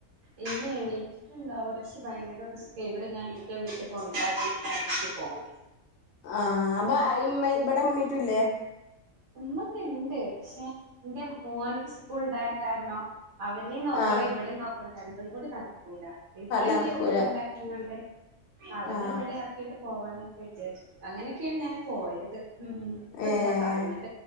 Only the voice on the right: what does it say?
ഇല്ല എണീറ്റിട്ടുണ്ടാവൂല പക്ഷെ ഭയങ്കര <unintelligible> ഇവിടെ ഞാൻ ഇന്റെ വീട്ടിൽ കൊണ്ടാക്കിയിട്ടാണ് എനിക്ക് പോണേ
ഒന്നൊക്കെ ഇണ്ട് പക്ഷെ എന്റെ മോനിക്ക് സ്കൂള് ഉണ്ടായ കാരണം അവനെയും നോക്കണം
ഇവളെയും നോക്കണം രണ്ടും കൂടി നട <unintelligible> ഇവളെ
എന്റെ വീട്ടി കൊണ്ടാക്കിങ്ങാണ്ട് അവനെ
എവിടെ ആക്കിട്ട് പോവാനൊക്കെ വിചാരിച്ച് അങ്ങനൊക്കെയാണ് ഞാൻ പോയത് ഉം ഇഞ്ഞിപ്പം
എന്താ പറ <unintelligible>